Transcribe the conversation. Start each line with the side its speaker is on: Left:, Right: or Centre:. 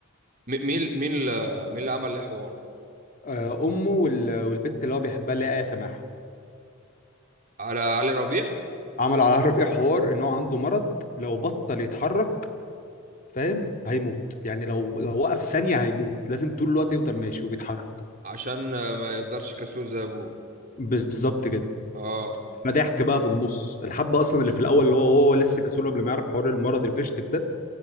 Right: م- مين مين اللي مين اللي عمل الحوار
Left: آه، امه وال- والبت اللي هو بيحبها اللي هي ايه سماح
Right: على علي ربيع
Left: عملوا على الربيع حوار ان هو عنده مرض لو بطل يتحرك فاهم هيموت يعني لو لو وقف ثانيه هيموت لازم طول الوقت يفضل ماشي وبيتحرك
Right: عشان آه، ما يفضلش كسول زي ابوه
Left: بالظبط كده
Right: اه
Left: فضحك بقى في النص الحبه اصلا اللي في الاول اللي هو هو لسه كسول قبل ما يعرف حوار المرض الفشتك ده